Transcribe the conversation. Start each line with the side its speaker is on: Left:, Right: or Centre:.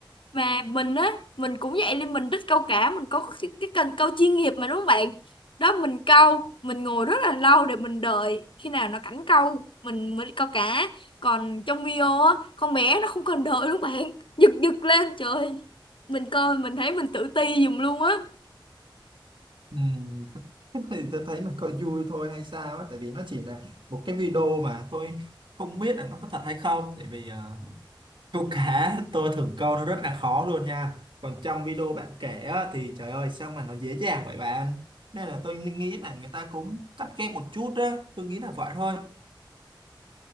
Left: mà mình á mình cũng vậy nên mình thích câu cá mình có cái, cái cần câu chuyên nghiệp mà đúng không bạn đó mình câu mình ngồi rất là lâu để mình đợi khi nào nó cảnh câu mình mới đi câu cá còn trong video á con bé nó không cần đợi luôn bạn <laughs> giật giật lên trời mình coi mình thấy mình tự ti giùm luôn á
Right: Ừ. <laughs> thì tôi thấy mình coi vui thôi hay sao á tại vì nó chỉ là một cái video mà tôi không biết là nó có thật hay không tại vì ờ, câu cá <laughs> tôi thường câu nó rất là khó luôn nha còn trong video bạn kể á, thì trời ơi sao mà nó dễ dàng vậy bạn nên là tôi nghĩ là người ta cũng cắt ghép một chút á tôi nghĩ là vậy thôi